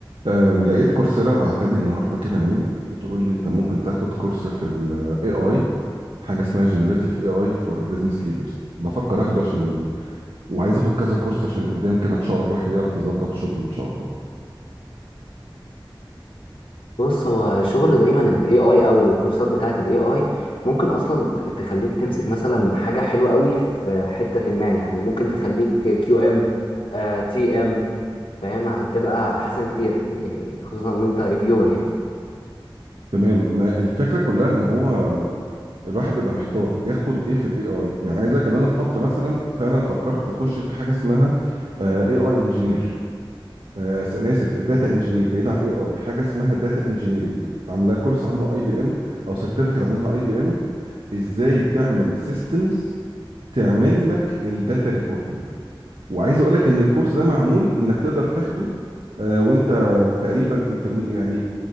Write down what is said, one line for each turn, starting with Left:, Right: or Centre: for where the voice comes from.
Right: أم، لقيت كورسيرا بعتلي النهارده كده ميل بتقول لي انت ممكن تاخد كورس في الاي اي حاجه اسمها جنريتيف اي اي فور بزنس ليدرز بفكر اخده عشان وعايز اخد كذا كورس عشان قدام كده ان شاء الله الواحد يعرف يظبط شغله ان شاء الله
Left: بص هو شغل دايما ال AI او الكورسات بتاعة ال AI ممكن اصلا ت- تخليك تمسك مثلا حاجة حلوة قوي في حتة ما يعني ممكن تخليك QM آه, TM فاهم هتبقى احسن كتير يعني خصوصا ان انت ريفيور يعني
Right: تمام ما الفكره كلها ان هو الواحد بيبقى محتار ياخد ايه في الاي اي يعني عايز اقول لك ان انا في فتره مثلا فعلا فكرت اخش في حاجه اسمها اي اي انجينير آه، س- انا اسف داتا انجينير بعيد عن اي اي حاجه اسمها داتا انجينيرنج عاملاه كورس عامله اي بي ام او سيرتيفيكت عاملها اي بي ام ازاي تعمل سيستمز تعمل لك الداتا ريبورتنج وعايز اقول لك ان الكورس ده معمول انك تقدر تاخده آه، وانت تقريبا انترمي يعني